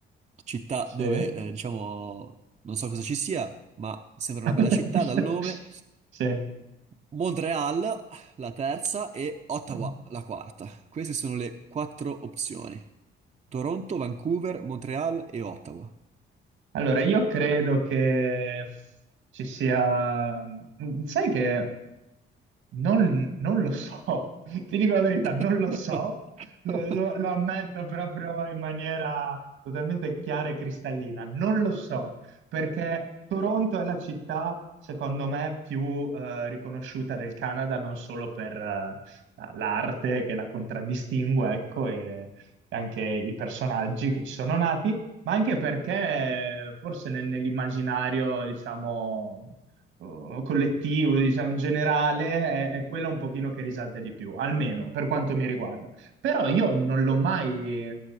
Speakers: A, on the right (about 35°); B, on the right (about 80°).
A: città
B: sì.
A: dove, eh, diciamo, non so cosa ci sia, ma sembra
B: <laughs>
A: una bella città dal nome.
B: Sì. sì.
A: Montreal, la terza, e Ottawa,
B: Eh,
A: la quarta. Queste sono le quattro opzioni. Toronto, Vancouver, Montreal e Ottawa.
B: Allora, io credo che ci sia... mm, Sai che Non, non lo so, <laughs> ti dico la verità,
A: <laughs>
B: non lo so, lo, lo- lo ammetto proprio in maniera totalmente chiara e cristallina, non lo so, perché Toronto è la città, secondo me, più eh, riconosciuta del Canada, non solo per eh, la- l'arte che la contraddistingue, ecco, e anche i personaggi che ci sono nati, ma anche perché eh, forse nel- nell'immaginario, diciamo eh, collettivo, diciamo, generale, è, è quella un pochino che risalta di più, almeno per quanto mi riguarda. Però io non l'ho mai